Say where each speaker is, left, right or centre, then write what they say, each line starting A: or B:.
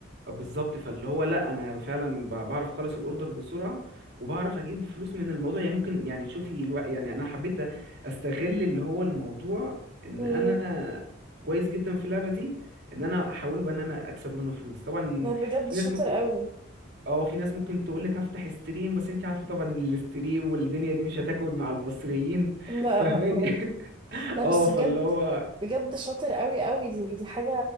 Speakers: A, on the right (about 55°); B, on the right (about 25°).
A: بالظبط فاللي هو لا انا فعلا ب- بعرف اخلص الاوردر بسرعه وبعرف اجيب فلوس من الموضوع يعني ممكن يعني شوفي الو... يعني انا حبيت استغل اللي هو الموضوع ان
B: مم.
A: انا كويس جدا في اللعبه دي ان انا احوله بقى ان انا اكسب منه فلوس طبعا
B: لا بجد
A: في
B: شاطر
A: ناس ممكن
B: قوي
A: اه في ناس ممكن تقول لك هفتح ستريم بس انت عارفه طبعا ان الاستريم والدنيا دي مش هتاكل مع المصريين
B: لا
A: <laughs> فاهماني
B: لا مم.
A: <laughs>
B: لا
A: اه
B: بس
A: فاللي
B: بجد
A: هو
B: بجد شاطر قوي قوي دي دي حاجة